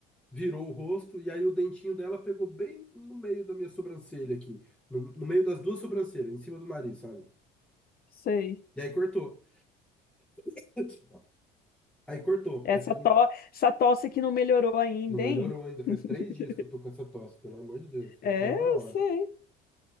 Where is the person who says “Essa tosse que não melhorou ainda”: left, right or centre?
Left